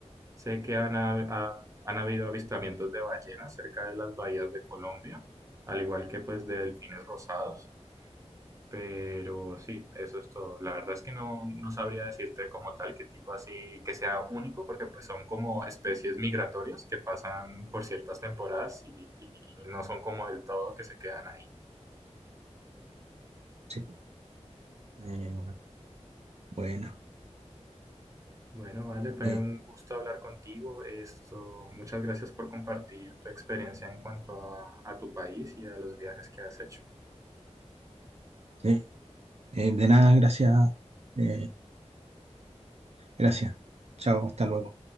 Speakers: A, on the right (about 25°); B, on the right (about 65°).
A: Sé que han, ha- ha- han habido avistamientos de ballenas cerca de las bahías de Colombia, al igual que pues de delfines rosados. Pero sí, eso es todo. La verdad es que no, no sabría decirte como tal qué tipo así que sea único, porque pues son como especies migratorias que pasan por ciertas temporadas y, y- y no son como del todo que se quedan ahí.
B: Sí, po. Eh, bueno.
A: Bueno, vale, fue
B: eh,
A: un gusto hablar contigo. Esto, muchas gracias por compartir tu experiencia en cuanto a, a tu país y a los viajes que has hecho.
B: Sí. Eh, de nada, gracias. eh, gracias. Chao, hasta luego.